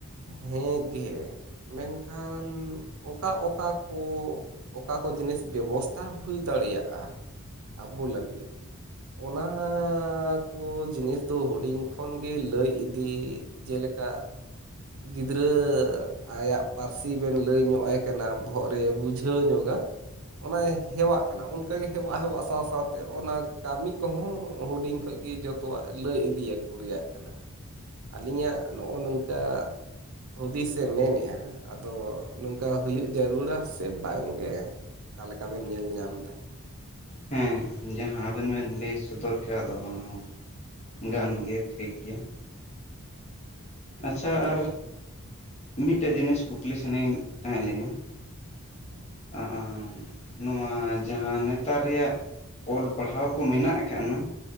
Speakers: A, on the right; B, on the left.
A: ᱦᱮ ᱜᱮ ᱢᱮᱱᱠᱷᱟᱱ ᱚᱠᱟ ᱚᱠᱟ ᱠᱚ ᱚᱠᱟ ᱠᱚ ᱡᱤᱱᱤᱥ ᱵᱮᱵᱚᱥᱛᱟ ᱦᱩᱭ ᱫᱟᱲᱮᱭᱟᱜᱼᱟ ᱟᱵᱚ ᱞᱟᱹᱜᱤᱫ ᱚᱱᱟ ᱠᱚ ᱡᱤᱱᱤᱥ ᱫᱚ ᱦᱩᱰᱤᱧ ᱠᱷᱚᱱ ᱜᱮ ᱞᱟᱹᱭ ᱤᱫᱤ ᱡᱮᱞᱮᱠᱟ ᱜᱤᱫᱽᱨᱟᱹ ᱟᱭᱟᱜ ᱯᱟᱹᱨᱥᱤ ᱵᱮᱱ ᱞᱟᱹᱭ ᱧᱚᱜ ᱟᱭ ᱠᱟᱱᱟ ᱵᱚᱦᱚᱜ ᱨᱮ ᱵᱩᱡᱷᱟᱹᱣ ᱧᱚᱜᱟ ᱾ ᱚᱱᱟᱭ ᱦᱮᱣᱟᱜ ᱠᱟᱱᱟ ᱚᱱᱠᱟᱜᱮ ᱦᱮᱣᱟᱜᱼᱦᱮᱣᱟᱜ ᱥᱟᱶᱼᱥᱟᱶᱛᱮ ᱚᱱᱟ ᱠᱟᱹᱢᱤ ᱠᱚᱦᱚᱸ ᱦᱩᱰᱤᱧ ᱠᱷᱚᱡ ᱜᱮ ᱡᱚᱛ ᱛᱚᱣᱟᱜ ᱞᱟᱹᱭ ᱤᱫᱤᱭᱟᱠᱚ ᱨᱮᱭᱟᱜ ᱠᱟᱱᱟ ᱾ ᱟᱹᱞᱤᱧᱟᱜ ᱱᱚᱜᱼᱚ ᱱᱚᱝᱠᱟ ᱦᱩᱫᱤᱥᱮ ᱢᱮᱱᱮᱜᱼᱟ ᱾ ᱟᱫᱚ ᱱᱚᱝᱠᱟ ᱦᱩᱭᱩᱜ ᱡᱟᱹᱨᱩᱲᱟ ᱥᱮ ᱵᱟᱝᱜᱮ? ᱚᱠᱟ ᱞᱮᱠᱟ ᱵᱮᱱ ᱧᱮᱞ ᱧᱟᱢ ᱫᱟ᱾
B: ᱦᱮᱸ ᱡᱟᱦᱟᱸ ᱟᱵᱮᱱ ᱵᱮᱱ ᱞᱟᱹᱭ ᱥᱚᱫᱚᱨ ᱠᱮᱜᱼᱟ ᱫᱚ ᱚᱱᱟ ᱦᱚᱸ ᱜᱟᱱ ᱜᱮᱭᱟ ᱴᱷᱤᱠ ᱜᱮᱭᱟ ᱾ ᱟᱪᱪᱷᱟ
A: ᱟᱫᱚ
B: ᱟᱨ ᱢᱤᱫᱴᱮᱡ ᱡᱤᱱᱤᱥ ᱠᱩᱠᱞᱤ ᱥᱟᱱᱟᱧ ᱛᱟᱦᱮᱸ ᱞᱮᱱᱟ᱾ ᱟᱨ ᱱᱚᱣᱟ ᱡᱟᱦᱟᱸ ᱱᱮᱛᱟᱨ ᱨᱮᱭᱟᱜ ᱚᱞ ᱯᱟᱲᱦᱟᱣ ᱠᱚ ᱢᱮᱱᱟᱜ ᱟᱠᱟᱜ-ᱱᱟ᱾